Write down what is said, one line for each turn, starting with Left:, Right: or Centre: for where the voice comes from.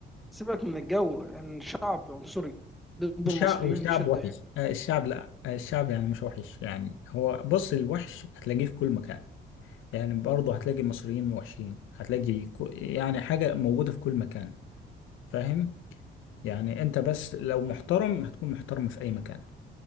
Centre: سيبك من الجو ان يعني الشعب عنصري ضد
Left: الشعب
Centre: المصريين
Left: والشعب
Centre: بشده
Left: وحش
Centre: يعني
Left: آه، الشعب لا آه، الشعب يعني مش وحش يعني هو بص الوحش هتلاقيه في كل مكان يعني برضه هتلاقي المصريين وحشين هتلاقي كو- يعني حاجة موجودة في كل مكان فاهم يعني انت بس لو محترم هتكون محترم في اي مكان